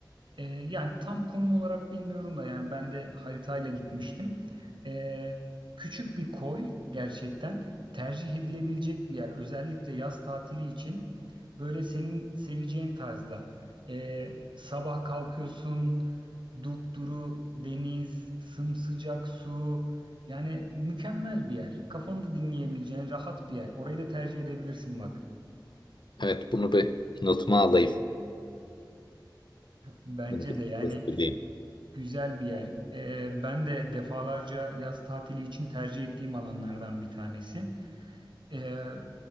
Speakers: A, on the right; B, on the left.
A: Ee, yani tam konum olarak bilmiyorum da yani ben de haritayla gitmiştim. Ee, küçük bir koy gerçekten tercih edilebilecek bir yer. Özellikle yaz tatili için böyle senin seveceğin tarzda. Ee, sabah kalkıyorsun, dupduru deniz, sımsıcak su. Yani mükemmel bir yer. Kafanı da dinleyebileceğin rahat bir yer. Orayı da tercih edebilirsin bak.
B: Evet bunu bir notuma alayım.
A: Bence
B: Bunu bir
A: de yani
B: testleyeyim.
A: Güzel bir yer. Ee, ben de defalarca yaz tatili için tercih ettiğim alanlardan bir tanesi. Ee,